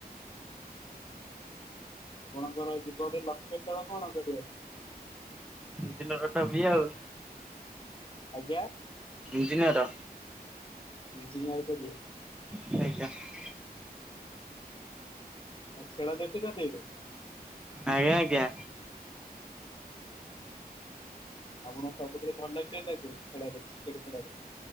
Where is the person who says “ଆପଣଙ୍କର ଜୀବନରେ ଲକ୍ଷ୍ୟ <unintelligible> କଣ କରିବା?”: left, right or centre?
Left